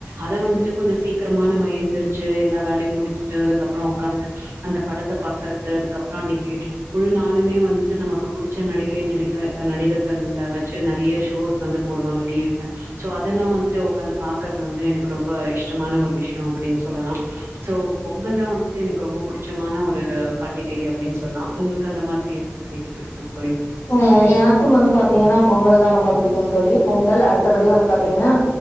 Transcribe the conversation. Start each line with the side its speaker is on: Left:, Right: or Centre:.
Right: அத வந்துட்டு கொஞ்ச சீக்ரமா நம்ம எந்திரி ச்சு எல்லா வேலையு முடிச் சுட்டு அதுக்கப்ரோ உக்காந்து அந்த படத்த பாக்கறது அதுக்கப்ரோ அன்னைக்கி முழு நாளுமே வந்துட்டு நம்ம நமக்க புடிச்ச நடிகை நடிக நடிகர்கள்ல வச்சு நெறைய ஷோஸ் வந்து போடுவாங்க டீவில சோ அதெல்லா வந்துட் டு உக்காந்து பாக்கறது வந்து எனக்கு ரொம்ப இஷ்டமான ஒரு விஷ்யோ அப்டின் சொல்லலா சோ பொங்கல் தா வந்து ட்டு எனக்கு ரொம்ப புடிச்சமான ஒரு பண்டிகை அப்டின் சொல்லா உங்குளுக்கு அந்த மாதிரி என்ன பண்டிகை பிடிக்கும் தோழி
Left: அ எனக்கு வந்து பாத்தீங்கன்னா பொங்கல் தா ரொம்ப பிடிக்கும் தோழி பொங்கல் அடுத்தபடி வந்து பாத்தீங்னா